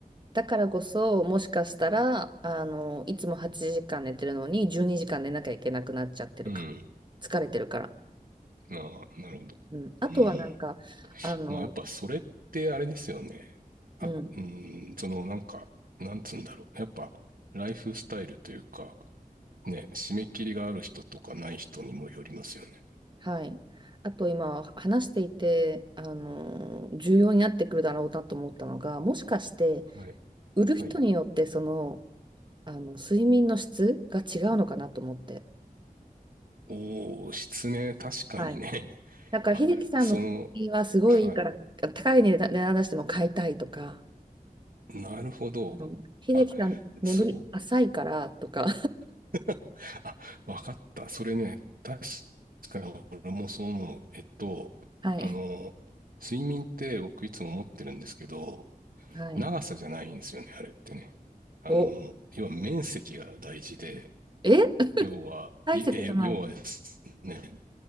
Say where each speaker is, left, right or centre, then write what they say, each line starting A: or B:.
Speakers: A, on the right; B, on the right.
A: だからこそ、もしかしたら、あの、いつも8時間寝てるのに、12時間寝なきゃいけなくなっちゃってるかも。
B: うん。
A: 疲れてるから。
B: あ、なるほど。
A: うん。あとはなんか、
B: うん
A: あの、
B: まあやっぱそれってあれですよね。あ、
A: うん。
B: うーん、そのなんか、なんつうんだろう。やっぱライフスタイルというか、ね、締め切りがある人とかない人にもよりますよね。
A: はい。あと今、話していて、あの、重要になってくるだろうなと思ったのが、もしかして、
B: はい。
A: 売る人によって、
B: はい。
A: その、あの、睡眠の質が違うのかなと思って。
B: おー、失ね、確かにね。
A: はい
B: <laughs>
A: なんか、
B: あ、
A: 秀樹さんの作品はすごいいいから、
B: その、はい。
A: 高い値段値段出しても買いたいとか、
B: なるほど。
A: あの秀樹さん、
B: あ、
A: 眠り浅いからとか、
B: そう。<laughs> あ、わかった。それね、確かに俺もそう思う。えっと、
A: <laughs> はい。
B: あの、睡眠って僕いつも思ってるんですけど、
A: はい。
B: 長さじゃないんですよね、あれってね。あの、
A: お、
B: 要は面積が大事で、
A: え
B: 要は、
A: 体積じゃない。
B: いえ、要はですね、